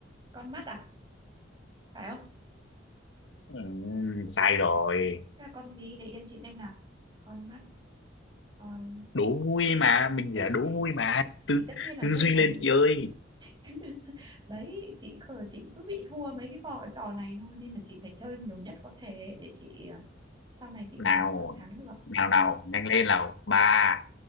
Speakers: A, on the right (about 25°); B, on the left (about 75°).
A: con mắt à phải không
B: Ừm, sai rồi.
A: thế là con gì để yên chị xem nào con mắt con
B: Đố vui mà, mình
A: ừ,
B: chỉ là đố
A: thì,
B: vui mà. Tư
A: thì tất nhiên là
B: tư
A: vui
B: duy
A: rồi
B: lên chị ơi.
A: <laughs> đấy chị khờ chị cứ bị thua mấy cái vò trò này thôi nên là chị phải chơi nhiều nhất có thể ấy, để chị à, sau này chị
B: Nào,
A: còn làm thắng được
B: nào nào, nhanh lên nào. Ba,